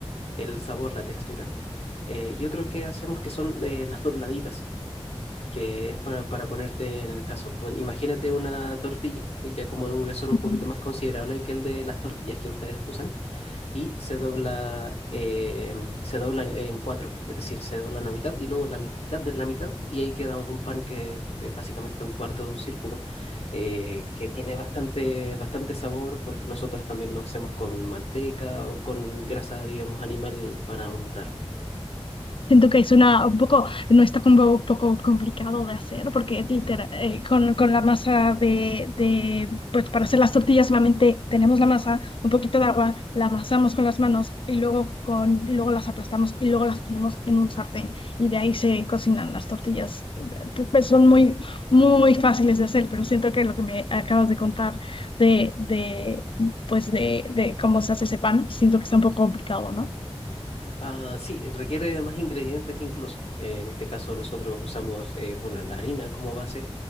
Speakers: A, on the left; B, on the left.
A: el sabor, la textura. Eh, y otro que hacemos que son eh, las dobladitas, que es para, para ponerte en el caso. pon- imagínate una tortilla, ya como de un grosor
B: Ujú.
A: un poquito más considerable que el de las tortillas que ustedes usan y se dobla, eh, se dobla en, en cuatro, es decir, se dobla una mitad y luego la mitad de la mitad y ahí queda un pan que es básicamente un cuarto de un círculo, eh, que tiene bastante, bastante sabor porque nosotros también lo hacemos con manteca o con grasa, digamos, animal para untar.
B: Siento que es una, un poco, no está como un poco complicado de hacer, porque literal, eh, con, con la masa de, de, pues para hacer las tortillas solamente tenemos la masa, un poquito de agua, la amasamos con las manos y luego, con, y luego las aplastamos y luego las ponemos en un sartén y de ahí se cocinan las tortillas. Eh, Pues son muy, muy fáciles de hacer, pero siento que lo que me acabas de contar de, de, pues de, de cómo se hace ese pan, siento que está un poco complicado, ¿no?
A: Ah, sí, requiere de más ingredientes incluso. Eh, en este caso nosotros usamos, eh, bueno, la harina como base,